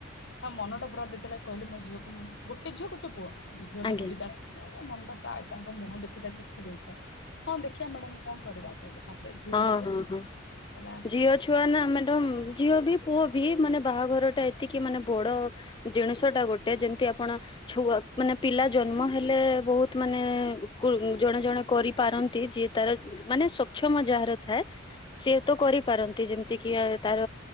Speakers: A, on the left; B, on the left.
A: ତା ମନଟା ପୁରା ଯେତେବେଳେ କହିଲି ମୋ ଝିଅକୁ ମୁଁ ଗୋଟେ ଝିଅ ଗୋଟେ ପୁଅ। ଝିଅଟାକୁ
B: ଆଜ୍ଞା
A: ବିଦା କରିବା। ମଣ୍ଡ ପ୍ରାୟ ତାଙ୍କ ମୁହଁ ଦେଖୁଥାଏ ତୁଖି ଯାଇଥାଏ। ହଁ ଦେଖିବା ମ୍ୟାଡାମ କଣ କରିବା କହିଲେ। ତାପରେ ଝିଅଟା
B: ହଁ
A: ବି
B: ହଁ ହଁ।
A: ହେଲା।
B: ଝିଅ ଛୁଆ ନା ମ୍ୟାଡ଼ାମ ଝିଅ ବି ପୁଅ ବି ମାନେ ବାହାଘରଟା ଏ ଟିକେ ମାନେ ବଡ ଜିନିଷଟା ଗୋଟେ ଯେମିତି ଆପଣ ଛୁଆ ମାନେ ପିଲା ଜନ୍ମ ହେଲେ ବହୁତ ମାନେ କ ଜଣେ ଜଣେ କରିପାରନ୍ତି ଯିଏ ତାର ମାନେ। <unintelligible> <unintelligible> ମ ଯାହାର ଥାଏ ସି ତ କରିପାରନ୍ତି ଯେମିତି କି ଆ ତାର